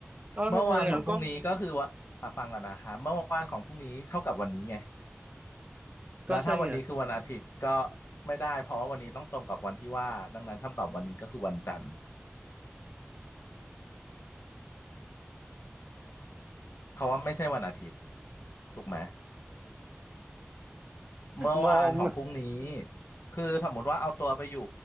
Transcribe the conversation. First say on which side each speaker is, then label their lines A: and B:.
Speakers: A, on the right; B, on the left.
A: เอาทำไมอ่ะก็
B: เมื่อวานของพรุ่งนี้ก็คือว่าอ่ะฟังก่อนนะคะเมื่อวานของพรุ่งนี้เท่ากับวันนี้ไง
A: ก็ใช่ไง
B: แล้วถ้าวันนี้คือวันอาทิตย์ก็ไม่ได้เพราะว่าวันนี้ต้องตรงกับวันที่ว่าดังนั้นคำตอบวันนี้ก็คือวันจันทร์เพราะว่าไม่ใช่วันอาทิตย์ถูกไหม เมื่อวานของพรุ่งนี้
A: งง
B: คือสมมุติว่าเอาตัวไปอยู่